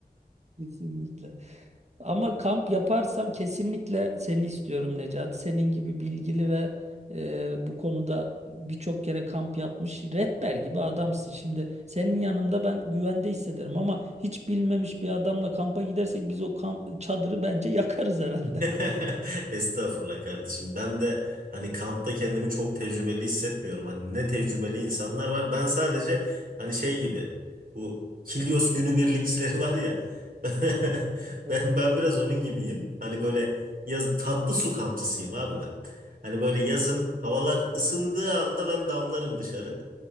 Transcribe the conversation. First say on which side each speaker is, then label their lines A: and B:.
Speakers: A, on the right (about 45°); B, on the right (about 60°).
A: kesinlikle. Ama kamp yaparsam kesinlikle seni istiyorum Necati. Senin gibi bilgili ve e, bu konuda birçok kere kamp yapmış rehber gibi adamsın. Şimdi senin yanımda ben güvende hissederim ama hiç bilmemiş bir adamla kampa gidersek biz o kamp çadırı bence yakarız herhalde.
B: <laughs> Estağfurullah kardeşim. Ben de hani kampta kendimi çok tecrübeli hissetmiyorum. Hani ne tecrübeli insanlar var. Ben sadece hani şey gibi bu Kilyos günübirlikçileri var ya. <laughs>
A: <laughs>
B: Ben ben biraz onun gibiyim. Hani böyle yaz tatlı su kampçısıyım abi ben. Hani böyle yazın havalar ısındığı anda ben damlarım dışarı.